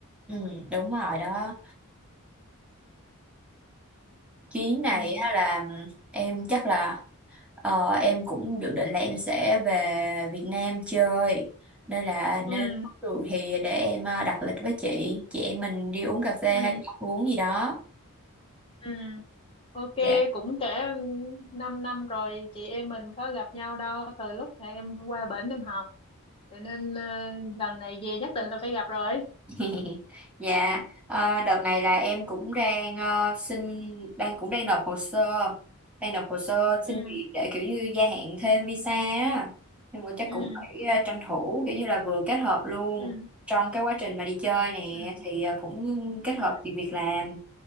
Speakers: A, in the centre; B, on the left (about 25°).
A: ừ đúng rồi đó chuyến
B: ừ
A: này á là em chắc là ờ, em cũng dự định là em sẽ về Việt Nam chơi nên là nếu
B: ừ
A: có được thì để em ờ, đặt lịch với chị chị em mình đi uống cà phê
B: ừ
A: hay đi ăn uống gì đó
B: ừ ok
A: dạ
B: cũng kể 5 năm rồi chị em mình có gặp nhau đâu từ lúc mà em qua bển em học cho nên ờ, lần này về nhất định là phải gặp rồi
A: <laughs> Dạ, ờ, đợt này là em cũng đang ờ, xin đang cũng đang nộp hồ sơ, đang nộp hồ sơ
B: ừ
A: xin việc để kiểu như gia hạn thêm visa á. Nhưng mà chắc
B: ừ
A: cũng phải ờ, tranh thủ kiểu như là vừa kết hợp luôn
B: ừ
A: trong cái quá trình mà đi chơi nè
B: ừ
A: thì ờ, cũng kết
B: ừ
A: hợp tìm việc làm